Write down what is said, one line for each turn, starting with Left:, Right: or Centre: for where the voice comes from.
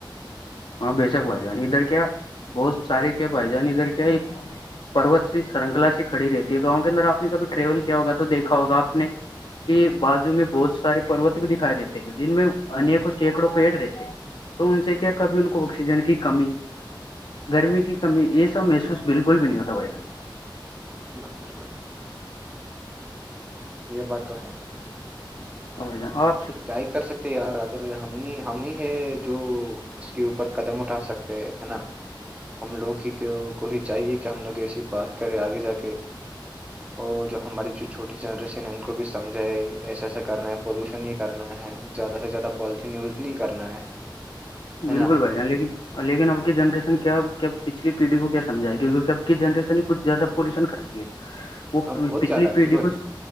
Left: ہاں بے شک بھائی جان ادھر کیا بہت سارے کیا بھائی جان ادھر کیا ایک پروت سی سرنکلا سی کڑی رہتی ہے گاؤں کے اندر آپ نے کبھی ٹریول کیا ہوگ تو دیکھا ہوگا آپ نے کی بازو میں بہت سارے پ پروت بھی دکھائی دیتے ہیں جن میں
Right: ہوں
Left: انیکوں
Right: ہوں ہوں
Left: سینکڑوں پیڑ رہتے ہیں تو ان سے کیا
Right: بالکل
Left: کبھی ان کو آکسیجن کی کمی گرمی کی کمی یہ سب محسوس بالکل بھی نہیں ہوتا بھائی جان
Right: ہاں بالکل یہ بات تو ہے
Left: ا جا آ
Right: تو کیا ہی کر سکتے یار اگر ہم ہم ہی ہے جو اس کے اوپر قدم اٹھا سکتے ہیں ہے نا ہم لوگ ہی کو ہی چاہیے کہ کہ ہم لوگ ایسی بات کریں آگے جا کے اور جو ہماری جو چھوٹی جنریشن ہے ان کو بھی سمجھائے ایسا ایسا کرنا ہے پولوشن نہیں کرنا ہے زیادہ سے زیادہ پالیتین یوز نہیں کرنا ہے ہے
Left: بالکل
Right: نا
Left: بھائی جان لیکن اور لیکن اب کی جنریشن کیا پچلی پیڑھی کو کیا سمھائے گی کیونکہ اب کی جنریشن ہی کچھ زیادہ پولیوشن کرتی ہے
Right: <unintelligible>
Left: وہ پچھلی
Right: زیادہ
Left: پیڑھی
Right: بالکل
Left: کو